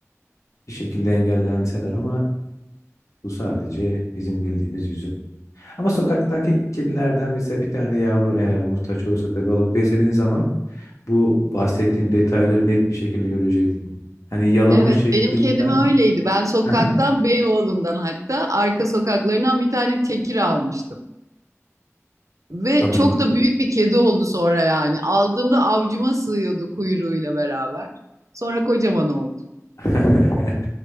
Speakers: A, on the left (about 75°); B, on the right (about 80°).
A: bir şekilde engellenseler ama bu sadece bizim bildiğimiz yüzü. Ama sokaktaki kedilerden mesela bir tane yavru eğer muhtaç olursa tabii alıp beslediğin zaman bu bahsettiğim detayları net bir şekilde göreceksin. Hani yalama
B: Evet,
A: şeklinden
B: benim kedim öyleydi. Ben sokaktan,
A: Aha.
B: Beyoğlu'ndan hatta arka sokaklarından bir tane tekir almıştım. Ve
A: Adını
B: çok da büyük bir kedi oldu sonra yani. Aldığımda avcuma sığıyordu kuyruğuyla beraber. Sonra kocaman oldu.
A: <laughs>